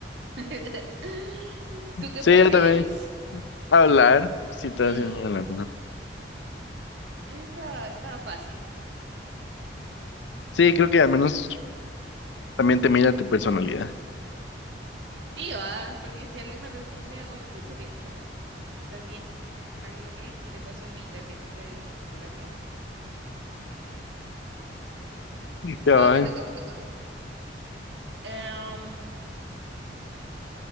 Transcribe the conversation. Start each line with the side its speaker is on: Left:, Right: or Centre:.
Right: <laughs> ¿Tú qué
Left: Sí,
Right: prefieres?
Left: yo también. Hablar, sí, te
Right: Sí,
Left: hace hablar.
Right: eso estaba, estaba fácil.
Left: Sí, creo que al menos también te mira tu personalidad.
Right: Sí, va, porque si alguien me responde a golpe sería como, "Ah, ¿estás bien? Are you okay? Y le paso mi tarjetita de psicoterapia. Ah,
Left: Cabal.
Right: Va, me toca, me toca. Em,